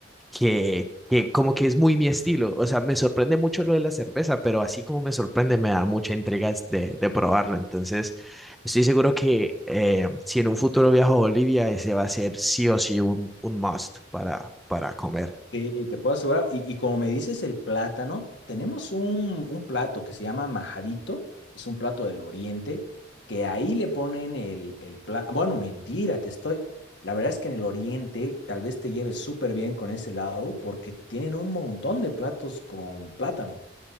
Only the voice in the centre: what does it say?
que, que como que es muy mi estilo. O sea, me sorprende mucho lo de la cerveza, pero así como me sorprende, me da mucha intriga de, de probarla. Entonces, estoy seguro que eh, si en un futuro viajo a Bolivia, ese va a ser sí o sí un, un must para, para comer.